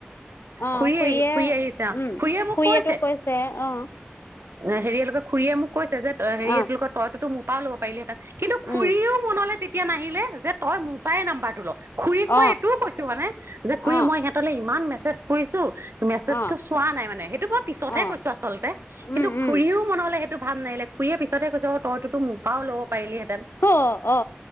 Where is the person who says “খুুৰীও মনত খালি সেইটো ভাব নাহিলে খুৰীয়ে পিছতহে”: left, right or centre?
Right